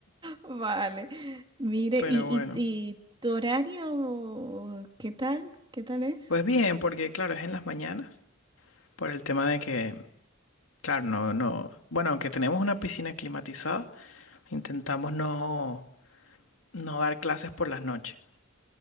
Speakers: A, on the right (about 25°); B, on the left (about 75°).
A: Vale, mire,
B: Pero
A: ¿y,
B: bueno.
A: y, y tu horario qué tal? ¿Qué tal es?
B: Pues bien, porque claro, es en las mañanas, por el tema de que, claro, no, no, bueno, aunque tenemos una piscina climatizada, intentamos no, no dar clases por las noches.